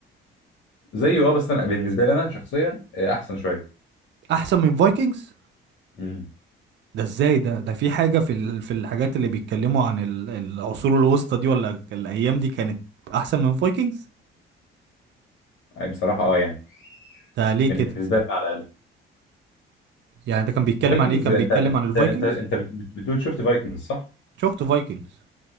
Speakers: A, on the left (about 70°); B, on the right (about 60°).
A: زيه اه بس أنا بالنسبة لي أنا شخصيا آه، أحسن شوية
B: احسن من فايكنجز
A: امم
B: ده ازاي ده ده في حاجة في ال... في الحاجات اللي بيتكلموا عن ال... العصور الوسطى دي ولا الأيام دي كانت أحسن من فايكنجز
A: أي بصراحة اه يعني
B: ده ليه
A: بالنسبة
B: كده
A: لي على الأقل
B: يعني ده كان بيتكلم
A: فايكنجز
B: عن إيه كان
A: انت
B: بيتكلم
A: انت
B: عن الفايكنجز
A: انت انت بت- بت- بتقول شفت فايكنجز صح؟
B: شفت فايكنجز